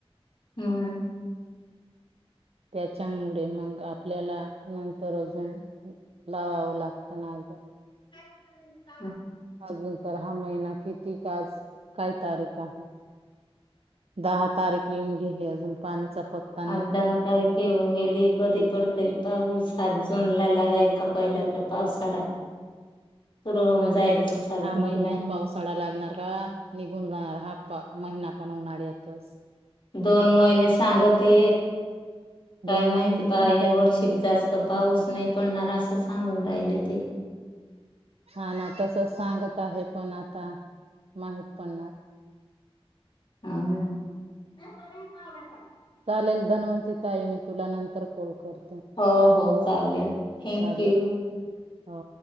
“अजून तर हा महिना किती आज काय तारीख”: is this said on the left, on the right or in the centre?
Right